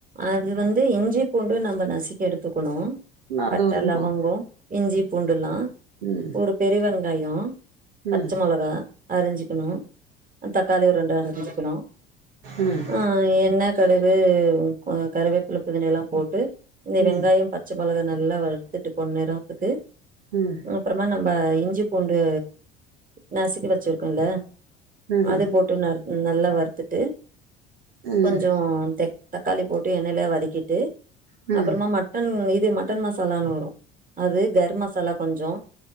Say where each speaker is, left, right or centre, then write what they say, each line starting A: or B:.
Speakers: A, on the right; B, on the right.
A: அது வந்து இஞ்சி பூண்டு நம்ம நசிக்கி எடுத்துக்குணு
B: நா
A: பட்ட
B: அது ஒரு
A: லவங்கோ
B: மா
A: இஞ்சி பூண்டுலா
B: ம்
A: ஒரு பெரு வெங்காயொ
B: ம்
A: பச்ச மொளகா அரிஞ்சிக்குணு தக்காளி ஒரு ரெண்டு அரிஞ்சிக்குணு
B: ம்
A: ஆ எண்ணெ கடுகு கருவேப்பில புதினா எல்லா போட்டு இந்த
B: ம்
A: வெங்காயம் ப பச்ச மொளகா நல்லா வறுத்துட்டு பொன்னரத்துக்கு
B: ம்
A: அப்பறமா நம்ப இஞ்சி பூண்டு நசிக்கி வச்சிருக்கல்ல
B: ம் ம்
A: அது போட்டு ந நல்லா வறுத்துட்டு
B: ம்
A: கொஞ்சொ தக்காளி போட்டு எண்ணனையிலே வதக்கிட்டு
B: ம்
A: அப்புறமா மட்டன் இது மட்டன் மசாலான்னு வரு அது கர்ம் மசாலா கொஞ்சொ